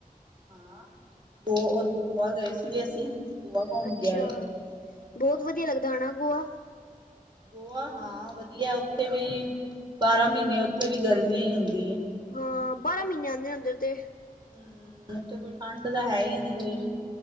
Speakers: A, on the right; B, on the left.
A: ਹਾਂ ਗੋ ਓ ਗੋਆ ਗਏ ਸੀਗੇ ਅਸੀਂ। ਗੋਆ ਘੁੰਮ
B: ਅੱਛਾ,
A: ਕੇ ਆਏ
B: ਬੋਤ
A: ਹਾਂ
B: ਵਧੀਆ ਲੱਗਦਾ ਹੋਣਾ ਗੋਆ?
A: ਗੋਆ ਹਾਂ ਵਧੀਆ ਉੱਥੇ ਵੀ ਬਾਰਾਂ ਮ੍ਹੀਨੇ ਉੱਥੇ ਵੀ ਗਰਮੀ ਈ ਹੁੰਦੀ ਏ।
B: ਹਾਂ ਬਾਰਾਂ ਮ੍ਹੀਨੇ ਆਂਦੇ ਨੇ ਉਧਰ 'ਤੇ।
A: ਹੂੰ ਉੱਥੇ ਕੋਈ ਠੰਡ ਦਾ ਹੈ ਈ ਨੀ ਕੋਈ।